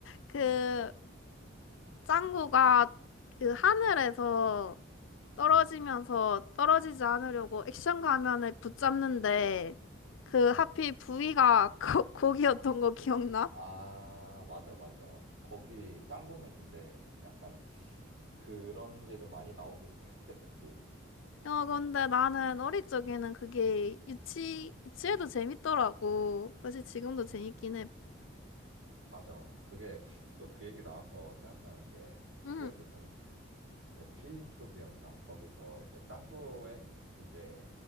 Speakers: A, on the left (about 70°); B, on the right (about 75°).
A: 그 짱구가 그 하늘에서 떨어지면서
B: 음,
A: 떨어지지 않으려고 액션 가면을 붙잡는데 그
B: 아.
A: 하필 부위가 <laughs> 거, 고기였던 거 기억나?
B: 아, 맞아, 맞아. 거기, 짱구는 근데 약간 그런 게 좀 많이 나오긴 <laughs> 했었지.
A: 어, 근데 나는 어릴 적에는 그게 유치, 유치해도 재밌더라고. 사실 지금도
B: 음,
A: 재밌긴 해.
B: 맞아. 그게 또 그 얘기 나와서 생각나는 게 그때
A: 응,
B: 무슨 에피소드였나? 거기서 이제 짱구의 이제